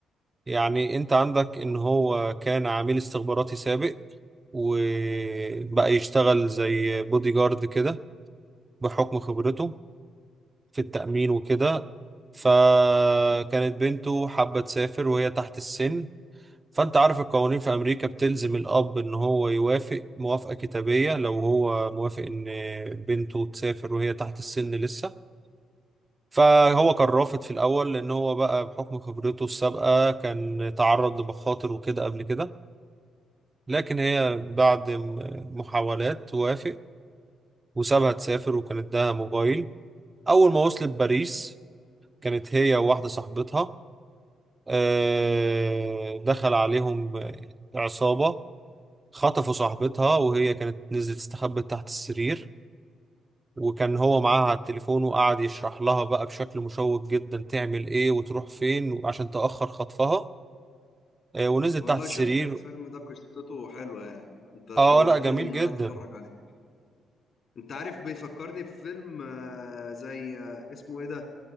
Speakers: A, on the right; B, on the left.
A: يعني انت عندك ان هو كان عميل استخباراتي سابق وبقى يشتغل زي بودي جارد كده بحكم خبرته في التأمين وكده فكانت بنته حابة تسافر وهي تحت السن فانت عارف القوانين في امريكا بتلزم الاب ان هو يوافق موافقة كتابية لو هو موافق ان بنته تسافر وهي تحت السن لسه فهو كان رافض في الاول لان هو بقى بحكم خبرته السابقة كان تعرض لمخاطر وكده قبل كده لكن هي بعد م- محاولات وافق وسابها تسافر وكان اداها موبايل أول ما وصلت باريس كانت هي وواحدة صاحبتها آه، دخل عليهم آه، عصابة خطفوا صاحبتها وهي كانت نزلت استخبت تحت السرير وكان هو معاها على التليفون وقعد يشرح لها بقى بشكل مشوق جدا تعمل ايه وتروح فين وعشان تأخر خطفها آه، ونزلت
B: والله
A: تحت السرير
B: شكل الفيلم ده قصته حلوة يعني انت
A: اه
B: شوقتني
A: لا جميل
B: ان
A: جدا
B: انا اتفرج عليه انت عارف بيفكرني بفيلم آه، زي آه، اسمه ايه ده